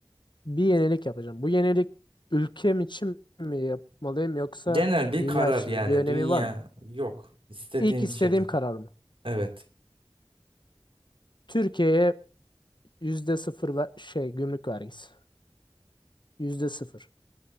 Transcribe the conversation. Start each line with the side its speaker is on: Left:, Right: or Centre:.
Left: bir yenilik yapacağım. Bu yenilik ülkem için mi yapmalıyım yoksa
Right: Genel bir
Left: dünya
Right: karar
Left: için
Right: yani
Left: mi? Bir önemi
Right: dünya
Left: var mı?
Right: yok. İstediğim
Left: İlk istediğim
Right: şekil.
Left: karar mı?
Right: Evet.
Left: Türkiye'ye yüzde sıfır ve şey gümrük vergisi yüzde sıfır.